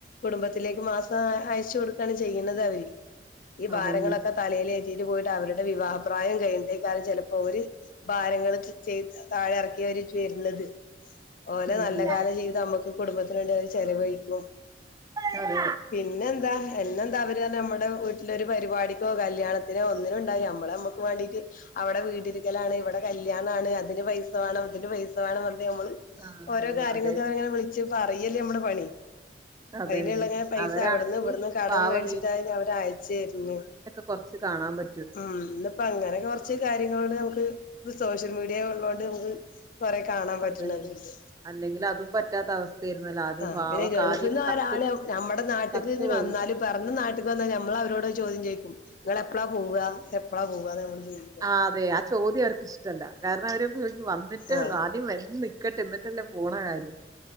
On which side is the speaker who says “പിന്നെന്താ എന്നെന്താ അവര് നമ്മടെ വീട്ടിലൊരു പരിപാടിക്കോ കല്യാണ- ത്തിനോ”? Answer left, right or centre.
Left